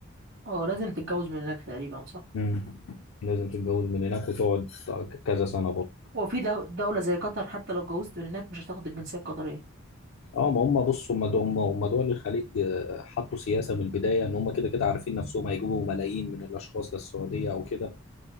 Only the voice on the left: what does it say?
مم. لازم تتجوز من هناك وتقعد كذا سنه برضو
اه ما هم بص هم دول هم هم دول الخليج آه، حطوا سياسه من البدايه ان هم كده كده عارفين نفسهم هيجيبوا ملايين من الاشخاص للسعوديه او كده